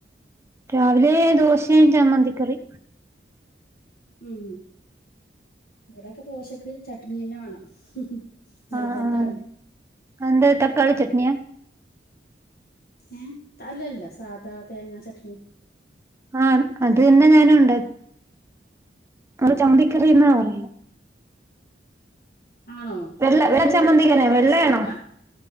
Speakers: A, on the right (about 15°); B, on the left (about 55°).
A: രാവിലെ ദോശയും ചമ്മന്തിക്കറി
B: ഉം ഇവിടൊക്കെ ദോശക്ക് ചട്നി തന്നെ വേണം <unintelligible> നിർബന്ധാണ്
A: അ ആ അ അഎന്തെ തക്കാളി ചട്നിയ
B: ഏ അല്ലല്ല സാധാ തേങ്ങ ചട്നി
A: ആ പിന്നെ ഞാനുണ്ട അവര് ചമ്മന്തികറിന്നാ പറയ്
B: ആണോ
A: വെള്ള
B: അതില്
A: വെള്ള ചമ്മന്തിക്കെല്ലെ
B: തക്കാളി
A: വെള്ളയാണോ
B: ചേർക്ക